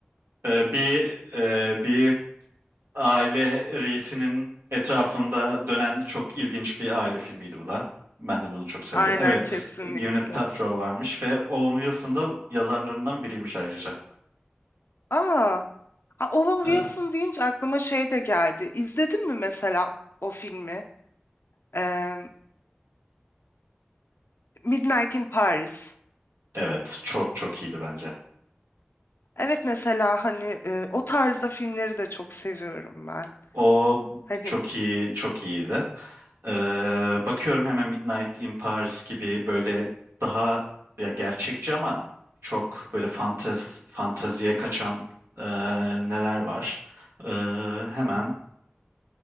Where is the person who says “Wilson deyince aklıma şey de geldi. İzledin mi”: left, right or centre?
Left